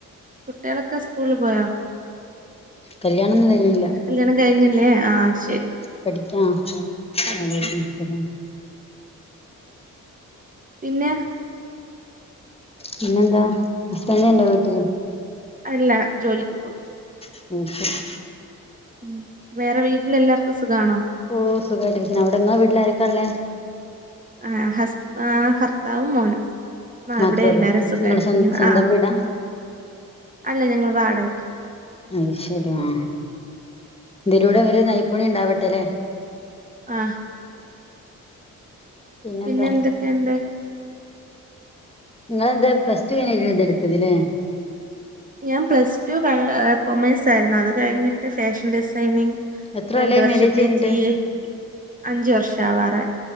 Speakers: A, on the right; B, on the left.
A: കുട്ടികളൊക്കെ സ്കൂളിൽ പോയോ
B: കല്യാണം ഒന്നും കഴിഞ്ഞില്ല
A: കല്യാണം കഴിഞ്ഞില്ലേ ആഹ് ശരി.
B: പഠിക്കാം <unintelligible>
A: പഠിക്ക പിന്നെ
B: പിന്നെന്താ ഹസ്ബെന്റ് ഉണ്ടോ വിട്ടില്
A: അല്ല ജോലിക്ക് പോയി
B: <unintelligible>
A: ഉം വേറെ വീട്ടില് എല്ലാവർക്കും സുഖമാണോ
B: ഓ സുഖമായിട്ടിരിക്കുണ് അവിടെങ്ങടെ വീട്ടില് ആരൊക്കാ ഉള്ളേ
A: ആ ഹസ് ഭർത്താവും മോനും ആ
B: മാത്രേ
A: ഇവിടെ
B: ഉള്ളൂ
A: എല്ലാരും സുഖായിട്ടിരിക്കുന്നു
B: നിങ്ങള് സ്വ സ്വന്തം
A: ആഹ്
B: വീടാ
A: അല്ല ഞങ്ങൾ വാടകക്ക്
B: അത് ശരിയാ എതിലൂടെങ്ങനെ നൈപ്പുണി ഉണ്ടാവട്ടെല്ലെ
A: ആഹ്
B: പിന്നെന്താ
A: പിന്നെ എന്തൊക്കെയുണ്ട്
B: നിങ്ങളെന്താ പ്ലസ് ടു കഴിഞ്ഞ ഇതെ എടുത്തതില്ലേ
A: ഞാൻ പ്ലസ് ടു കൊമേഴസ് ആയിരുന്നു അത് കഴിഞ്ഞിട്ട് ഫാഷൻ ഡിസൈനിങ്.
B: എത്ര കൊല്ലായി
A: രണ്ടു വർഷത്തെ
B: മാരേജ് കഴിഞ്ഞിട്ട്
A: ജി ഐ അഞ്ചു വർഷ ആവാറായി